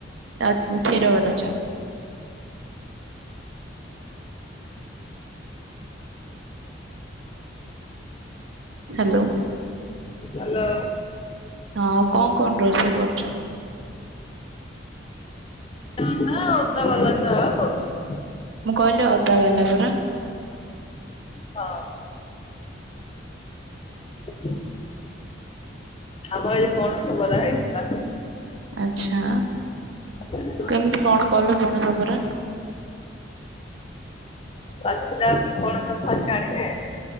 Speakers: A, on the right; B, on the left.
A: ଆ କ୍ଷୀର ବାଲା ଚା। ହାଲୋ।
B: ହାଲୋ।
A: ହଁ ଆଉ କଣ କଣ ରୋଷେଇ କରୁଚ?
B: <unintelligible>
A: ମୁଁ କହିଲି ଅଦା ବାଲା ପରା।
B: ହଁ <unintelligible> ଆମର ଏ ପଣସ ବରା ହେଇଥିଲା।
A: ଆଚ୍ଛା।
B: ହୁଁଁ।
A: କେମିତି କଣ କଲ ପଣସ ବରା?
B: ପଞ୍ଚିଲା ପଣସ ଫାଷ୍ଟ ଆଣିବେ।